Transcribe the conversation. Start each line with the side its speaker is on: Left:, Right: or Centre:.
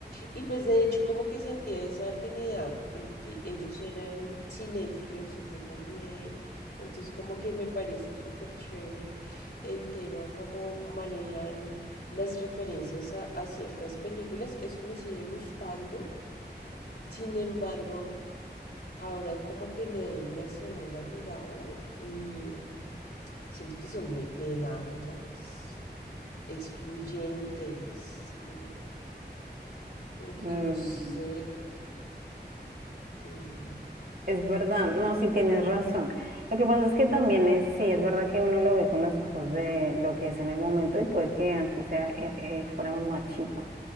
Left: Y pues de hecho como que sentía esa afinidad de que ellos eran cinéfilos y yo también, entonces como que me parece súper chévere el tema, cómo manejan las referencias a, a ciertas películas, eso me sigue gustando. Sin embargo, Ahora como que le doy una segunda mirada. mm, siento que son muy pedantes, excluyentes, como, como que
Right: Mm.
Left: no sé. Y,
Right: Es verdad, no, sí tienes razón. Lo que pasa es que también es, sí, es verdad que uno lo ve con los ojos de lo que es en el momento y puede que antes sea, eh, eh, fuéramos más chicos